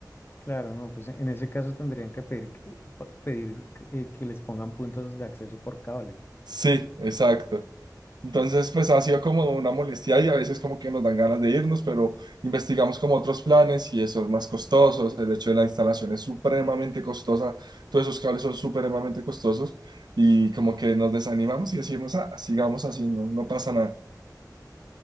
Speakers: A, on the left; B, on the right.
A: Claro, no, pues en ese caso tendrían que pedir, que- pa- pedir que eh, que les pongan puntos de acceso por cable.
B: Sí, exacto. Entonces, pues ha sido como una molestia y a veces como que nos dan ganas de irnos, pero investigamos como otros planes y eso es más costoso. El hecho de la instalación es supremamente costosa, todos esos cables son supremamente costosos y como que nos desanimamos y decimos, ah, sigamos así, no, no pasa nada.